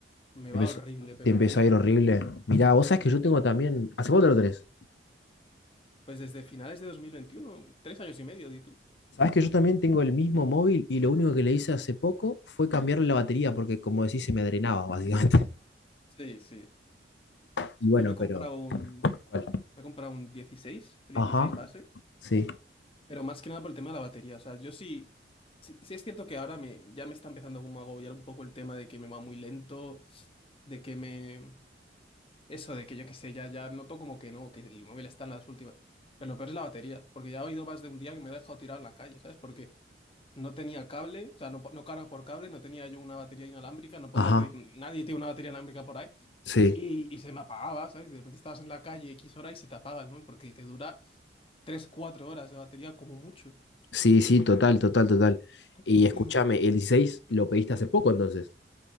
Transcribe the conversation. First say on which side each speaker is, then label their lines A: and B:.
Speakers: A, on the left; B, on the left.
A: me
B: ¿Te
A: va
B: empezó,
A: horrible, pero
B: te empezó
A: horrible.
B: a ir horrible? Mirá, vos sabés
A: Sí,
B: que yo
A: pero
B: tengo también. ¿Hace cuánto lo tenés?
A: pues desde finales de dos mil veintiuno tres años y medio, di tú.
B: Sabés que yo también tengo el mismo móvil y lo único que le hice hace poco fue cambiarle la batería porque, como decís, se me drenaba, básicamente.
A: Sí, sí.
B: <laughs> Y bueno,
A: Yo me he comprado
B: pero.
A: un,
B: ¿Cuál?
A: me he comprado un dieciséis el
B: Ajá,
A: 16 base,
B: sí,
A: pero más que nada por el tema de la batería. O sea, yo sí, sí, sí es cierto que ahora me, ya me está empezando como a agobiar un poco el tema de que me va muy lento, de que me, Eso de que yo qué sé, ya, ya noto como que no, que el móvil está en las últimas. Pero lo peor es la batería, porque ya he oído más de un día que me he dejado tirado en la calle, ¿sabes? Porque no tenía cable, o sea, no, no carga por cable, no tenía yo una batería inalámbrica, no podía
B: ajá,
A: pedir, nadie tiene una batería inalámbrica por ahí,
B: sí.
A: y, y se me apagaba, ¿sabes? De repente estabas en la calle X hora y se te apaga el móvil, porque te dura tres cuatro horas de batería como mucho.
B: Sí, sí, total, total, total.
A: <clears throat>
B: Y escúchame, el 16 lo pediste hace poco entonces.